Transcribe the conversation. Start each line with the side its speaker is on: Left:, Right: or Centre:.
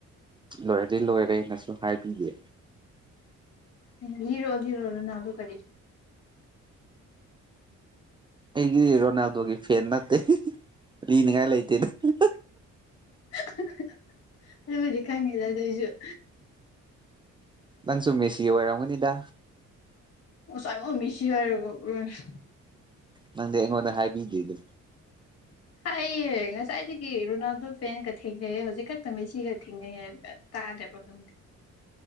Right: ꯂꯣꯏꯔꯗꯤ ꯂꯣꯏꯔꯦꯅꯁꯨ ꯍꯥꯏꯕꯤꯗꯦ
Left: ꯑꯩꯅ ꯂꯤꯔꯣ ꯂꯤꯔꯣ ꯔꯣꯅꯥꯜꯗꯣ ꯀꯔꯤ
Right: ꯑꯩꯒꯤꯗꯤ ꯔꯣꯅꯥꯜꯗꯣꯒꯤ ꯐꯦꯟ ꯅꯠꯇꯦ ꯍꯤꯍꯤ ꯂꯤꯅꯤꯡꯉꯥꯏ ꯂꯩꯇꯦꯗ ꯍꯤꯍꯤ
Left: ꯑꯍꯤꯍꯤ ꯅꯪꯕꯨꯗꯤ ꯈꯪꯉꯤꯗ ꯑꯗꯨꯏꯁꯨꯨ
Right: ꯅꯪꯁꯨꯨ ꯃꯦꯁꯤ ꯑꯣꯏꯔꯝꯒꯅꯤꯗ
Left: <unintelligible>
Right: ꯅꯪꯗꯤ ꯑꯩꯉꯣꯟꯗ ꯍꯥꯏꯕꯤꯗꯦ ꯑꯗꯨ
Left: ꯍꯥꯏꯌꯦ ꯉꯁꯥꯏꯗꯒꯤ ꯔꯣꯅꯥꯜꯗꯣ ꯐꯦꯟꯒ ꯊꯦꯡꯅꯩꯌꯦ ꯍꯧꯖꯤꯛ ꯈꯛꯇ ꯃꯦꯁꯤꯒ ꯊꯦꯡꯅꯩ ꯍꯥꯏꯔꯒ ꯇꯗꯕ꯭ꯔꯥ ꯈꯪꯗꯦ